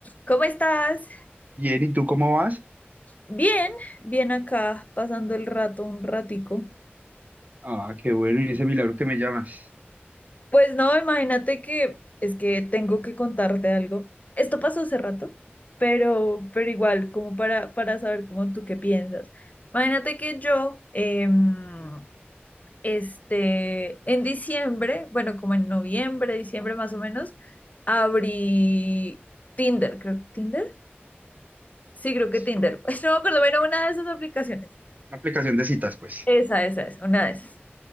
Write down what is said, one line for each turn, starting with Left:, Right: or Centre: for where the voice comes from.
Left: ¿Cómo estás?
Right: Bien, ¿y tú cómo vas?
Left: Bien, bien acá, pasando el rato un ratico.
Right: Ah, qué bueno, y ese milagro que me llamas.
Left: Pues no, imagínate que es que tengo que contarte algo. Esto pasó hace rato, pero, pero igual, como para, para saber cómo tú qué piensas. Imagínate que yo, em, este, en diciembre, bueno, como en noviembre, diciembre más o menos, abrí Tinder, creo, ¿Tinder? Sí, creo que
Right: Sí,
Left: Tinder. <laughs> No me acuerdo, bueno, una de esas aplicaciones.
Right: una aplicación de citas, pues.
Left: Esa, esa es, una de esas.